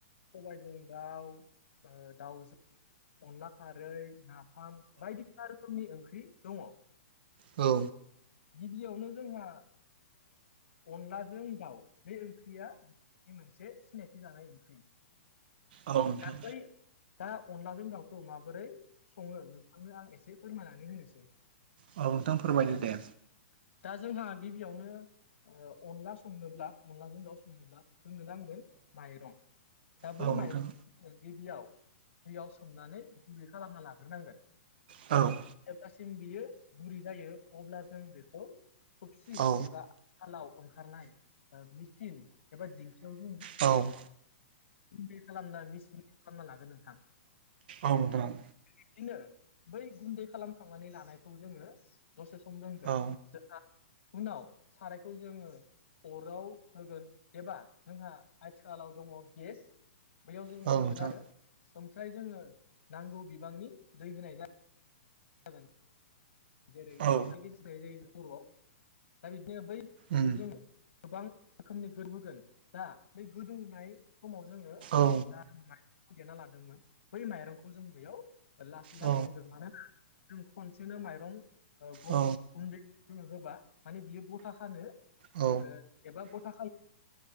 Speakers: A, on the left; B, on the right.
A: सबायजों दाउ दाउजों अनला खारै ना फाम बायदिसिना रोखोमनि ओंख्रि दङ।
B: औ
A: गिबियावनो जोंहा अनलाजों दाउ बे ओंख्रिया बे मोनसे सिनायथि लानाय ओंख्रि
B: औ नोंथां
A: दा बै दा अनलाजों दाउखौ माबोरै सङो नोंथांनो आं एसे फोरमायनानै होनोसै
B: औ नोंथां फोरमायदो दे
A: दा जोंहा गिबियावनो ओ अनला संनोब्ला अनलाजों दाउ संनोब्ला जोंनो नांगोन माइरं दा
B: औ
A: बै
B: नोंथां
A: माइरं गिबियाव दैयाव सोमनानै गुरै खालामना लाग्रोनांगोन।
B: औ
A: जेब्लासिम बियो गुरै जायो अब्ला जों बेखौ थुबसि
B: औ
A: एबा सिखालाव ओंखारनाय मिसिं एबा दिंखियाव जोंङो
B: औ
A: गुन्दै खालामना मिस मिस खालामना लागोन नोंथां।
B: औ नोंथां
A: बिदिनो बै गुन्दै खालामखांनानै लानायखौ जोंङो दसे सम दोनगोन
B: औ
A: जोंहा उनाव सारायखौ जोंङो अराव होगोन एबा जोंहा आथिखालाव दङ गेस बेयाव जोंङो
B: औ नोंथां
A: होगोन आरो। ओमफ्राय जोंङो नांगौ बिबांनि दै होनाय जा गोन। जेरै
B: औ
A: था गिसिरनाय जायो जों बर'आव दा बिदिनो बैखौ
B: उम
A: जोंङो गोबां रोखोमनि गोदौहोगोन दा बे गोदौनाय समाव जोंङो
B: औ
A: दा माइरंखौ देना लादोंमोन बै माइरंखौ जों बेयाव लासै लासै
B: औ
A: होगोन मानोना जों खनसेनो मा जों अन गुन्दैखो
B: औ
A: होबा माने बियो गथा खानो
B: औ
A: ओ एबा गथा खायो